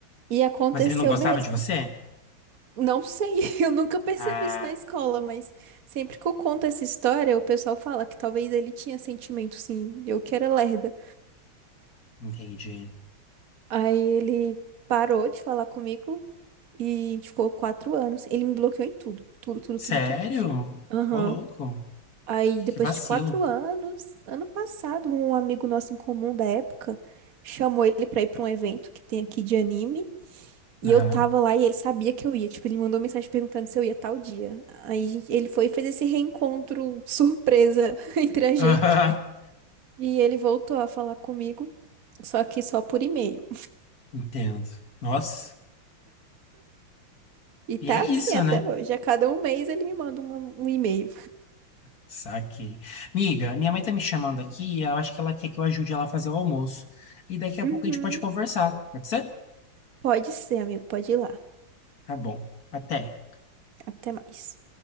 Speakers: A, on the right (about 50°); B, on the left (about 45°).
A: E aconteceu
B: Mas ele não gostava
A: mesmo.
B: de você?
A: Não sei, <laughs> eu nunca percebi
B: Ah,
A: isso na escola, mas sempre que eu conto essa história, o pessoal fala que talvez ele tinha sentimento, sim, eu que era lerda.
B: entendi.
A: Aí ele parou de falar comigo e a gente ficou quatro anos. Ele me bloqueou em tudo, tudo, tudo,
B: Sério?
A: tudo, tudo. Aham.
B: Ô, louco.
A: Aí, depois
B: Que vacilo.
A: de quatro anos, ano passado, um amigo nosso em comum da época chamou ele pra ir pra um evento que tem aqui de anime. E
B: Aham.
A: eu tava lá e ele sabia que eu ia. Tipo, ele mandou mensagem perguntando se eu ia tal dia. Aí gente- ele foi e fez esse reencontro surpresa <laughs> entre a gente.
B: <laughs> Aham.
A: E ele voltou a falar comigo, só que só por e-mail.
B: Entendo. Nossa.
A: E
B: E
A: tá
B: é isso,
A: assim até
B: né?
A: hoje. A cada um mês ele me manda uma- um e-mail.
B: Saquei. Miga, minha mãe tá me chamando aqui e eu acho que ela quer que eu ajude ela a fazer o almoço. E daqui a
A: Uhum.
B: pouco a gente pode conversar. Pode ser?
A: Pode ser, amigo, pode ir lá.
B: Tá bom. Até.
A: Até mais.